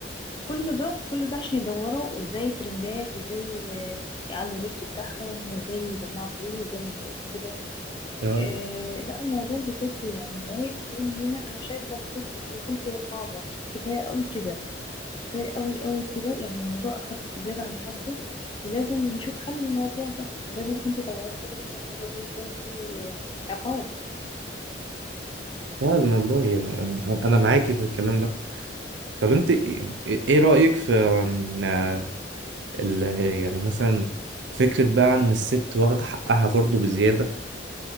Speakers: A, on the left; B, on the right.
A: كل ده كل ده عشان يدوروا ازاي ترندات وازاي آه، يعلوا الريتش بتاعهم وازاي يجمعوا فلوس زي ما انت قلت كده
B: اه
A: إيه لا الموضوع بجد يعني رايح فين لينا انا شايفه المفروض يعني يكون في رقابه كفايه قوي كده كفاية قوي قوي كده يعني الموضوع أخد زيادة عن حده ولازم نشوف حل الموضوع ده لازم يكون في توعية لازم يكون في عقاب
B: فعلا والله يعني انا أنا معاكي في الكلام ده طب انت ايه إيه رأيك في إن، آه، ال- يعني مثلا فكرة بقى ان الست واخدة حقها برضو بزيادة